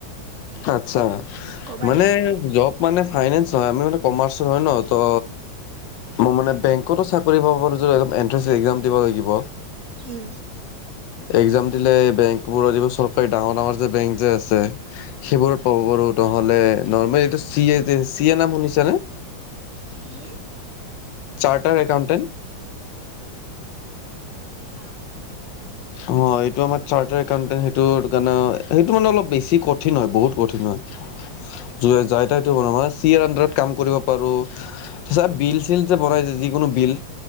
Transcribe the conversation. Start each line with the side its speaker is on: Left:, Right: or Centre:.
Left: আচ্ছা,
Right: কবা
Left: মানে
Right: নেকি আকৌ?
Left: জব মানে ফাইনেন্স নহয়, আমি মানে কমাৰ্চৰ হয় ন' ত' মই মানে বেংকতো চাকৰি পাব পাৰোঁ, যদি অলপ এণ্ট্ৰেঞ্চ এক্সাম দিব লাগিব।
Right: হম
Left: এক্সাম দিলে বেংকবোৰত, এইবোৰ চৰকাৰী ডাঙৰ ডাঙৰ যে বেংক যে আছে, সেইবোৰত পাব পাৰোঁ। নহ'লে নৰ্মেল এইটো চিয়ে যে, চিয়ে নাম শুনিছানে?
Right: C A!
Left: Chartered accountant.
Right: উম না।
Left: অ' এইটো আমাৰ চাৰ্টাৰ একাউণ্টেণ্ট, সেইটো কাৰণে সেইটো মানে অলপ বেছি কঠিন হয়, বহুত কঠিন হয়। <unintelligible> চি এ আণ্ডাৰত কাম কৰিব পাৰো, তাছত, বিল চিল যে বনাই যে যিকোনো বিল